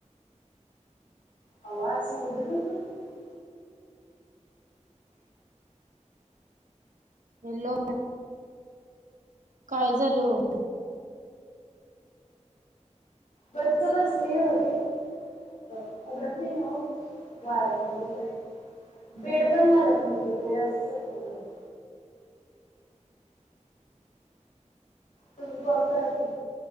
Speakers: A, on the left (about 75°); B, on the right (about 85°).
A: आवा असं उघडं ठेवून जाता तुम्ही?
B: हॅलो काय झालं ओ?
A: गच्च बसतंय नव्हं ते? उघडत नाही ओ वाऱ्यान वगैरे? बेड पण हालत नव्हतं, बेड असं सरकवलं अस तुम्ही कॉल करा की